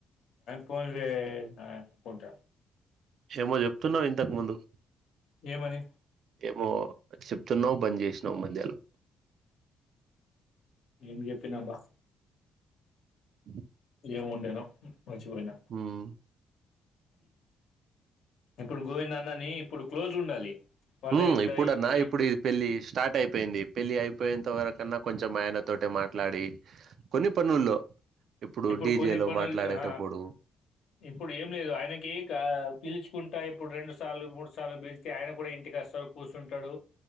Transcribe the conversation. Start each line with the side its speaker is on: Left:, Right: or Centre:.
Left: ఫోన్ జేయ్ ఆ పోంట
Right: ఏమో చెప్తున్నవ్ ఇంతకు ముందు
Left: ఏమని
Right: ఏమో చెప్తున్నవ్ బంద్ చేసినవ్ మధ్యలో
Left: ఏం చెప్పినబ్బా
Right: ఉ
Left: ఏం ఉండేనో మర్చి పోయిన
Right: హ్మ్.
Left: ఇప్పుడు గోవింద్ అన్నని ఇప్పుడు క్లోజ్ ఉండాలి. వాళ్ళ
Right: హ్మ్
Left: ఇంట్లో
Right: ఎప్పుడన్న
Left: ఈ- ఈ-
Right: ఎప్పుడి పెళ్ళిస్ స్టార్ట్ అయిపోయింది పెళ్ళి అయిపోయేంత వరకన్న కొంచెం ఆయన తోటే మాట్లాడి కొన్ని పనుల్లో
Left: ఇప్పుడు
Right: డీజేలో
Left: కొన్ని పనులు
Right: మాట్లాడేటప్పుడు
Left: ఆ ఇప్పుడు ఏం లేదు ఆయనకి పిలుచుకుంటా ఇప్పుడు రెండు సార్లు మూడు సార్లు పిల్ ఆయన కూడా ఇంటికి వస్తాడు కూసుంటడు